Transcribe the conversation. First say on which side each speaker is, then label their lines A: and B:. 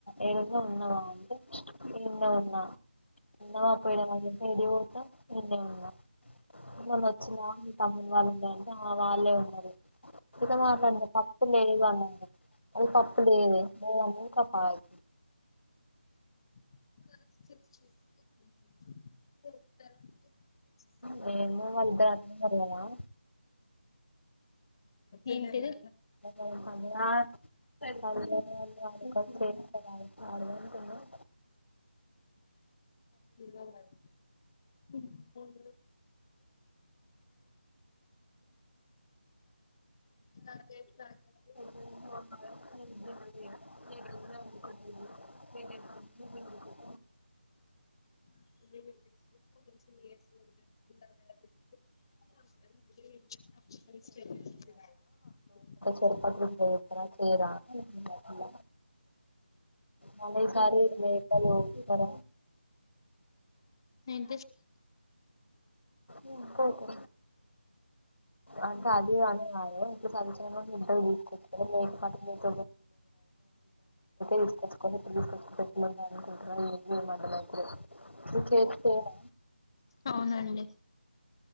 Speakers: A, on the left (about 85°); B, on the left (about 20°).
A: ఏడన్నా ఉన్నావా అంటే ఈడనే ఉన్నా ఉన్నావా పోయినావా ఏడికి పోతా ఈడ్నే ఉన్న మొన్న వచ్చినా మీ తమ్ముని వాళ్ళు ఉండంటే ఆ వాళ్ళే ఉన్నారు ఇట్లా మాట్లాడిన తప్పు లేదనింది అది తప్పు లేదే అ ఇంకా పాది
B: <inaudible>
A: నేను అళద్ద రాత్ర కర్గాాల
B: ఏంటిది
A: <unintelligible>
B: తిందాం రండి ఉ కని <inaudible> <inaudible>
A: <inaudible>
B: <inaudible> <inaudible>
A: ఎప్పటినుంచి చెయ్యకురా చేయరా అని చెప్పిన మళ ఈ సారి ఇలేనీతార
B: సైంటిస్ట్
A: ఉ పోకు అంటే అది పానే వాదు ఉకే సదిచ్ ఇడ్లు తీసుకొచ్చ లేక పాటు మీ చ తీసుకొచ్చుకని తీసుకొచ్చ <unintelligible> నీ చేతికి ఏమి
B: అవునండి